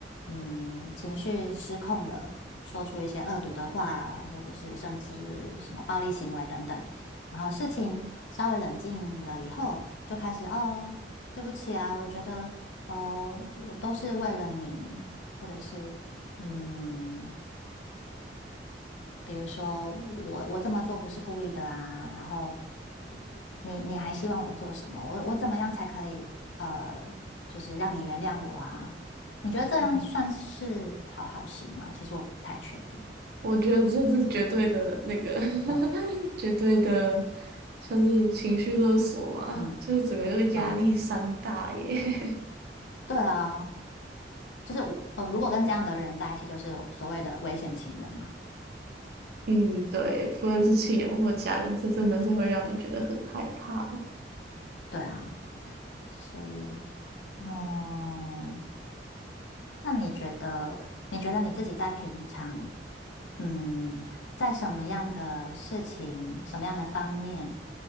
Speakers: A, on the left; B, on the right.
A: 嗯，情绪失控了，说出一些恶毒的话，或者是甚至什么暴力行为等等，然后事情稍微冷静了以后，就开始哦，对不起啊，我觉得哦，我都是为了你，或者是。嗯，比如说我我这么做不是故意的啊，然后你你还希望我做什么？我我怎么样才可以呃，就是让你原谅我啊？你觉得这样算是讨好型吗？
B: 嗯。
A: 其实我不太确定。
B: 我觉得这是绝对的那个 <laughs>
A: 嗯
B: 绝对的，算是情绪勒索嘛，
A: 嗯
B: 就是整个就是压力山大耶。
A: 嗯，
B: <laughs>
A: 对啊，就是我呃，如果跟这样的人在一起，就是所谓的危险情人嘛。
B: 嗯，对，不论是亲人或家人，
A: 嗯，
B: 这真的是会让人觉得很害怕。
A: 对啊，所以嗯，那你觉得你觉得你自己在平常？嗯，在什么样的事情、什么样的方面，